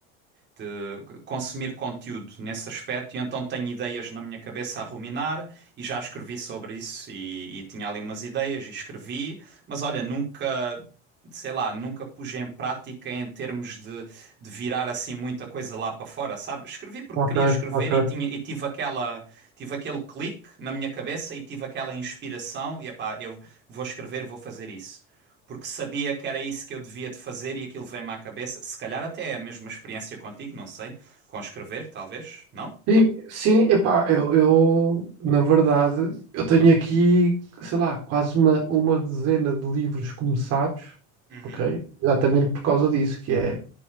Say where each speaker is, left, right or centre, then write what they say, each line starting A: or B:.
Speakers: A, on the right (about 35°); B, on the right (about 55°).
A: de consumir conteúdo nesse aspecto, e então tenho ideias na minha cabeça a ruminar, e já escrevi sobre isso, e, e tinha ali umas ideias, e escrevi, mas olha, nunca, sei lá, nunca pus em prática em termos de, de virar assim muita coisa lá para fora, sabe? Escrevi porque
B: ok,
A: queria escrever
B: ok.
A: e tinha, e tive aquela, tive aquele clique na minha cabeça, e tive aquela inspiração, e epá, eu vou escrever, vou fazer isso porque sabia que era isso que eu devia de fazer e aquilo veio-me à cabeça. Se calhar até é a mesma experiência contigo, não sei. Com escrever, talvez, não?
B: Sim, sim, epá, eu, eu, na verdade, eu tenho aqui, sei lá, quase uma, uma dezena de livros começados,
A: Uhum.
B: ok? Exatamente por causa disso, que é,